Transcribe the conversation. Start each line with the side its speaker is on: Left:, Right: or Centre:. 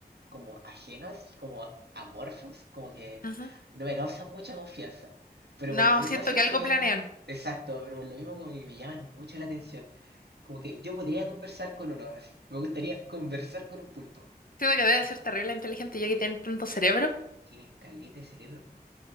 Right: como ajenos y como amorfos, como que
Left: Ujú.
Right: no me causan mucha confianza. Pero por
Left: No,
Right: lo mismo
Left: siento
Right: siento
Left: que algo
Right: que,
Left: planean.
Right: exacto, pero por lo mismo como que me llaman mucho la atención. Como que yo podría conversar con uno así. Me gustaría conversar con un pulpo.
Left: Siento que deben ser terrible inteligentes ya que tienen tanto cerebro.
Right: Tienen caleta de cerebro. po.